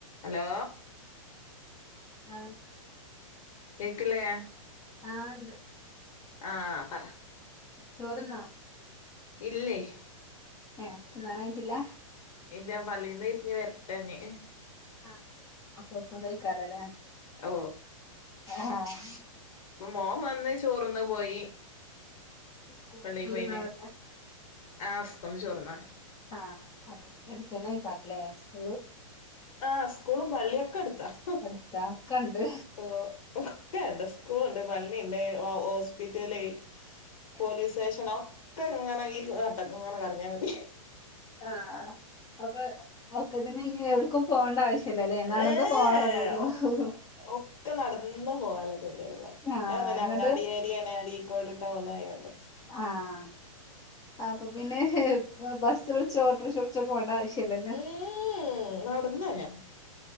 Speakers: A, on the left (about 70°); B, on the left (about 20°).
A: ഹലോ
B: ആഹ്
A: കേക്കില്ലേ.
B: ആഹ് ഇണ്ട്
A: ആഹ് പറ
B: ചോർന്നോ?
A: ഇല്ലേയ്
B: ഏഹ് തിന്നാനായിട്ടില്ല.
A: ഇല്ല പള്ളിയിന്ന് ഇരിഞ്ഞ് വരട്ടെന്ന്.
B: ആ അപ്പൊ ഒപ്പം കഴിക്കാല്ലേ ആല്ലെ
A: ഓ
B: ആഹ്.
A: അപ്പൊ മോൻ വന്ന് ചോർന്ന് പോയി
B: സ്കൂൾന്ന്
A: പള്ളി
B: ചോറ്ന്നാൻ
A: പോയിന്.
B: വരില്ല
A: ആഹ് സ്കൂൾന്ന് ചോർ തിന്നാൻ.
B: ആഹ് അവിടെ എടുത്തന്നെ ആയിക്കാറല്ലേ സ്കൂള്.
A: ആഹ് സ്കൂളും പള്ളിയൊക്കെ എടുത്താ പ്പോ
B: അടുത്താ ഒക്കെ ഉണ്ട്
A: ഒക്കെ ഇണ്ട് സ്കൂള് ഇണ്ട് പള്ളി ഇണ്ട് ഹോ ഹോസ്പിറ്റല്. പോലീസ്
B: എല്ലാം
A: സ്റ്റേഷനോ ഒക്കെ ഇങ്ങെനെ ഇ ത്ത് വട്ടത്തി ഇങ്ങനെ കറങ്ങിയാൽ മതി
B: ആഹ് അപ്പൊ ഒക്കതിന് ഇനി എവിട്ക്കും പോകേണ്ട ആവശ്യല്ലല്ലേ നടന്ന്
A: ഏഹ്
B: പോകനുള്ള ദൂരഒള്ളു ഒഹ്
A: ഒക്കെ നടന്ന് പോകാൻ ഉള്ള ദൂരെഒള്ളു
B: ആഹ്
A: ഞാൻ പറഞ്ഞില്ലേ
B: ഇങ്ങട്ട്
A: അങ്ങാടിയെരിയാണ് അരീക്കോട് ടൗൺ ആയോള്ളേ
B: ആഹ് അപ്പൊ പിന്നെ ഹെ ബസ്സ് വിളിച്ച് ഓട്ടോറിക്ഷ ച്ച് പോണ്ട ആവശ്യയില്ലല്ലോ
A: ഉം നടന്ന് പോയാ മതി